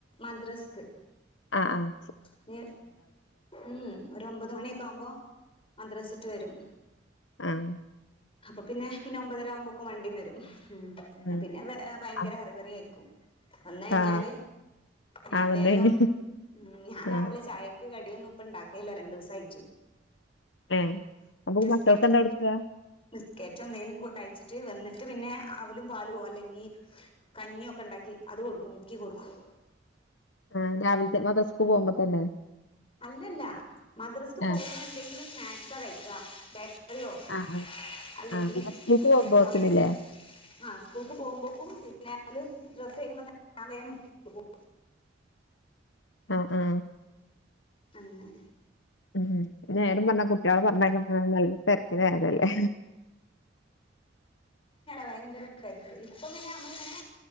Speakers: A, on the left (about 30°); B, on the left (about 75°).
A: മദ്രസ്ക്
B: അഹ് ആഹ്
A: നീ ഉം ഉം ഒരു ഒമ്പത് മണിയോക്കെ ആവുമ്പോ മദ്രസ്ട്ട് വരും
B: ആഹ്
A: അപ്പോ പിന്നെ പിന്നെ ഒമ്പതര ആഉമ്പോക്കും വണ്ടിയും വരും. ഉം
B: ഉം
A: പിന്നെ വെ ഏഹ് ഭയങ്കര
B: ആ
A: അറിവറിയയിരി ഒന്ന് കഴിഞ്ഞാൽ
B: ആ
A: ഞാൻ
B: ആ വന്ന്
A: വേഗം
B: കഴിഞ്ഞ്
A: ഉം ഞാൻ രാവിലെ
B: ആ
A: ചായക്ക് കടിയോന്നും ഇപ്പം ഇണ്ടാക്കല്ല രണ്ടു ദിവസായിട്ട്
B: എ അപ്പോ
A: ബിസ്ക്കറ്റ്
B: മക്കൾക്കെന്താ കോടുക്ക
A: ബിസ്ക്കറ്റോ എന്തെലും കോ കഴിച്ചിട്ട് വന്നിട്ട് പിന്നെ അവലും പാലുവോ അല്ലെങ്കി കഞ്ഞിയോ ഒക്കെ ഉണ്ട ക്കി അത് കോടുക്കും മുക്കി കോടുക്കും
B: ആ രാവിലത്തെ മദ്രസ്ക്ക് പോകുമ്പോ തന്നെ
A: അല്ലല്ല മദ്രസ്ക്ക്
B: ആ
A: പോകുമ്പോ എണ്ടെങ്കിലും സ്നാക്സ കഴിക്കാ അലോ
B: ആ ആ
A: അല്ലെങ്കിൽ
B: ആ പിന്നെ സ്കൂൾക്ക് പോകുമ്പോത്തിനില്ലേ
A: ബ്രഡ്‌ ആങ്ങനെ ആ സ്കൂൾക്ക് പോകുമ്പോക്കും <inaudible> ഡ്രസ് <unintelligible> ഞാൻ വേം മുക്കി വെക്കും
B: അ ആ
A: അങ്ങനെ
B: ഉം ഉം നെരും പറഞ്ഞ കുട്ടികള പറഞ്ഞയക്കെണ്ടെ നല്ല തെരക്കിലയെതല്ലേ
A: ഭയങ്കര തെരെക്ക് ഇപ്പം പിന്നെ നമ്മൾ ഇങ്ങനെ